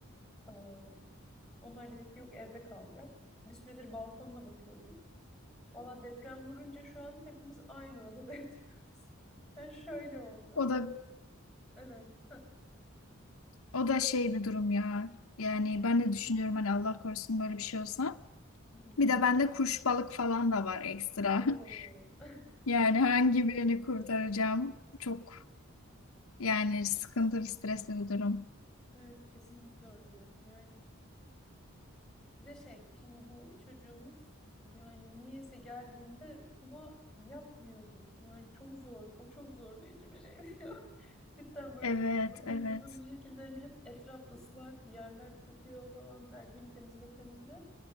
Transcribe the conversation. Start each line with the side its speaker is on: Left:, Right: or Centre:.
Centre: Ee, onlar dedi ki yok evde kalacak. Bir süredir balkonda bakıyorduk. Valla deprem vurunca şu an hepimiz aynı odada <laughs> yatıyoruz. Yani şöyle oldu.
Left: O da
Centre: Evet. Hah.
Left: o da şey bir durum ya. Yani ben de düşünüyorum hani Allah korusun böyle bir şey olsa.
Centre: Hı hı.
Left: Bir de bende kuş balık falan da var ekstra.
Centre: Oo.
Left: <laughs>
Centre: <laughs>
Left: Yani hangi birini kurtaracağım? Çok yani sıkıntılı, stresli bir durum.
Centre: Evet kesinlikle öyle. Yani Bir de şey şimdi bu çocuğumuz yani niyeyse geldiğinde kuma yapmıyordu. Yani çok zor. O çok zorlayıcı bir şeydi ya. <laughs> Cidden böyle
Left: Evet,
Centre: anlayamadığım
Left: evet.
Centre: bir şekilde hani hep etraf ıslak, yerler kokuyor falan her gün temizle temizle.